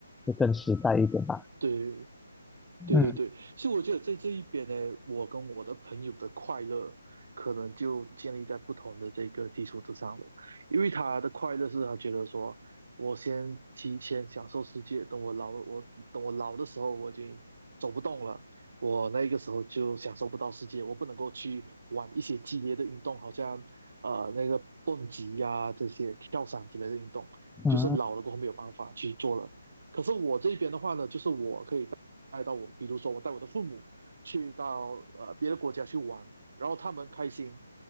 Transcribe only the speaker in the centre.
就更实在一点吧。
嗯
嗯